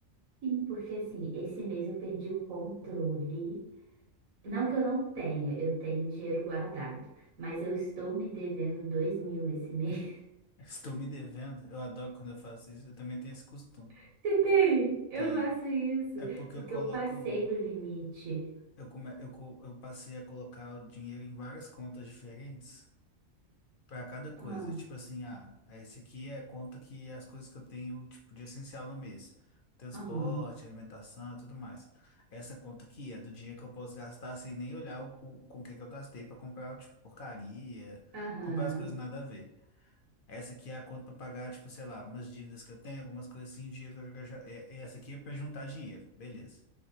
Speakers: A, on the right; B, on the left.
A: mim, porque assim, esse mês eu perdi o controle. Não que eu não tenha, eu tenho dinheiro guardado, mas eu estou me devendo dois mil esse mês.
B: Estou me devendo. Eu adoro quando eu faço isso. Eu também tenho esse costume.
A: <laughs> Você tem? Eu
B: Tem.
A: faço isso,
B: É porque
A: porque
B: eu coloco.
A: eu passei do limite.
B: Eu, come, eu, co- eu passei a colocar o dinheiro em várias contas diferentes para cada coisa.
A: Ah,
B: Tipo assim, ah, esse aqui é conta que é as coisas que eu tenho, tipo, de essencial no mês. Transporte,
A: aham.
B: alimentação e tudo mais. Essa conta aqui é do dinheiro que eu posso gastar sem nem olhar o, co- com o que que eu gastei para comprar, tipo, porcaria,
A: Aham.
B: comprar as coisas nada a ver. Essa aqui é a conta para pagar, tipo, sei lá, umas dívidas que eu tenho, algumas coisas assim, dinheiro que eu já... é- é Essa aqui é para juntar dinheiro, beleza.